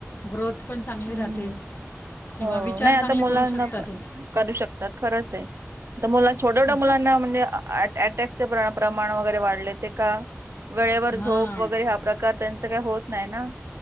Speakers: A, on the left; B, on the right.
A: ग्रोथ पण चांगली
B: हम्म
A: राहते किंवा
B: हो
A: विचार
B: नाही आता
A: चांगले
B: मुलांना
A: करू शकता
B: प
A: ते
B: करू शकतात खरंच आहे तर मुलां छोट्या छोट्या
A: असं
B: मुलांना म्हणजे अटॅकचे प्रमाण वगैरे वाढले ते का वेळेवर झोप
A: हां
B: वगैरे हा प्रकार त्यांचं काही होत नाही ना